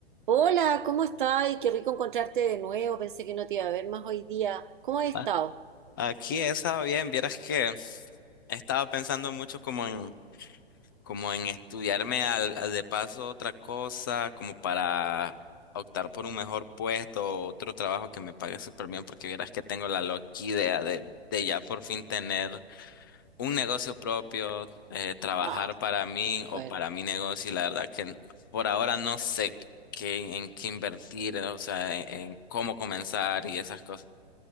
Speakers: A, on the right; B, on the left.
A: Hola, ¿cómo estás? Y Qué rico encontrarte de nuevo. Pensé que no te iba a ver más hoy día. ¿Cómo has estado?
B: Ah, Aquí esa bien, vieras que estaba pensando mucho como en, como en estudiarme al, al de paso otra cosa, como para optar por un mejor puesto, otro trabajo que me pague súper bien, porque vieras que tengo la loca idea de, de ya por fin tener un negocio propio, eh, trabajar
A: Ah,
B: para mí o
A: bueno.
B: para mi negocio, y la verdad que por ahora no sé qué, en qué invertir, o sea, en en cómo comenzar y esas cosas.